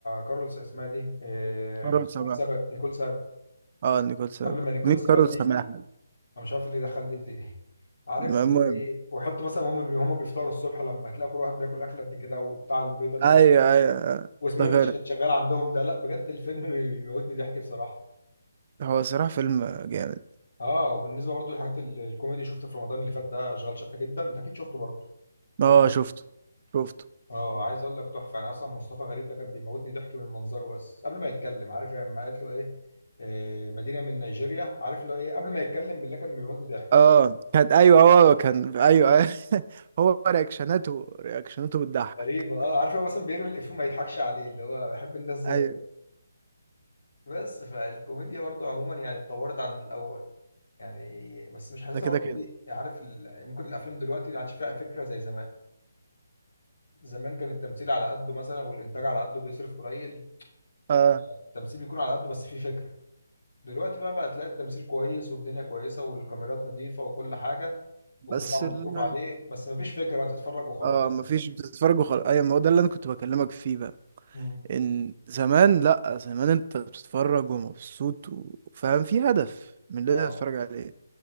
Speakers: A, on the left (about 70°); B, on the right (about 40°).
A: كارلوس اسمها دي إيه
B: مرة سبعة
A: نيكول سابت نيكول سابت
B: اه نيكول سابا
A: قبل ما نيكول
B: مين
A: سابا
B: كارول
A: تيجي
B: سماحة
A: انا مش عارف اللي دخل دي, دي عارف
B: المهم
A: اللي هو ايه وحط مثلا هم بي هم بيفطروا الصبح لما هتلاقي كل واحد بياكل اكله قد كده وبتاع البيضه اللي
B: ايوه ايوه آه،
A: واسمه
B: افتكرت
A: إيه اللي كان شغال عندهم ده لا بجد الفيلم بي- بيموتني ضحك بصراحه
B: هو صراحة فيلم جامد
A: اه وبالنسبه برضو للحاجات ال- الكوميدي شفته في رمضان اللي فات ده اشغال شقه جدا انت اكيد شفته برضو
B: اه
A: ولا مش
B: شفته شفته
A: اه عايز اقول لك تحفه انا اصلا مصطفى غريب ده كان بيموتني ضحك من منظره بس قبل ما يتكلم عارف يعني لما قالت له ايه آه، مدينه من نيجيريا عارف اللي هو ايه قبل ما يتكلم بالله كان بيموتني ضحك
B: اه كانت ايوه هو كان ايوه ايوه <laughs> هو رياكشناته رياكشناته بتضحك
A: غريبة اه عارف هو مثلا بيرمي الإفيه وما يضحكش عليه اللي هو بحب الناس دي
B: ايوه
A: أوي بس فالكوميديا برضو عموما يعني اتطورت عن الأول يعني بس مش حاسسها
B: ده كده
A: برضو
B: كده
A: إيه يعني، عارف ال... ممكن الأفلام دلوقتي ما عادش فيها فكرة زي زمان زمان كان التمثيل على قده مثلا والإنتاج على قده بيصرف قليل
B: اه
A: التمثيل بيكون على قده بس فيه فكرة دلوقتي بقى بقى تلاقي التمثيل كويس والدنيا كويسة والكاميرات نظيفة وكل حاجة
B: بس
A: والبتاع مصروف
B: ال...
A: عليه بس مفيش فكرة بقى تتفرج وخلاص
B: اه
A: يعني
B: مفيش بتتفرج وخلاص ايوه ما هو ده اللي انا كنت بكلمك فيه بقى
A: مم.
B: ان زمان لا زمان انت بتتفرج ومبسوط وفاهم في هدف من اللي
A: اه
B: انت بتتفرج عليه